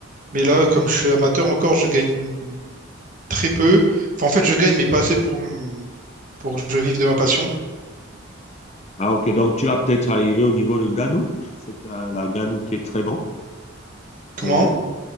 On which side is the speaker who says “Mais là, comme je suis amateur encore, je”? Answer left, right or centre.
Right